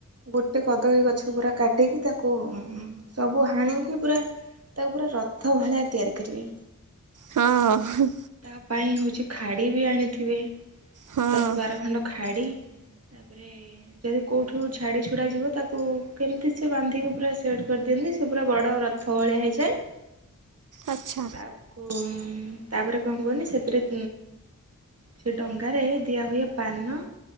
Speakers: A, on the right; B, on the right.
A: ଗୋଟେ କଦଳୀ ଗଛ ପୁରା କାଟିକି ତାକୁ ସବୁ ହାଣିକି ପୁରା ତାକୁ ପୁରା ରଥ ଭଳିଆ ତିଆରି କରିବେ।
B: ହଁ।
A: ତା ପାଇଁ ହେଉଛି ଖାଡ଼ି ବି ଆଣିଥିବେ
B: ହଁ
A: ଦଶ ବାର ଖଣ୍ଡ ଖାଡ଼ି। ହଁ। ଯଦି କୋଉଠୁ ଛାଡି ଛୁଡା ଯିବ ତାକୁ କେମିତି ସେି ବାନ୍ଧିକି ପୁରା ସେଟ୍ କରିଦିଅନ୍ତି ସେ ପୁରା ବଡ଼ ର ଥ ଭଳିଆ ହେଇଯାଏ
B: ଆଚ୍ଛା
A: ତାକୁ ତାପରେ କଣ କୁହନି ସେଥିରେ ସେ ଡଙ୍ଗାରେ ଦିଆହୁଏ ପାନ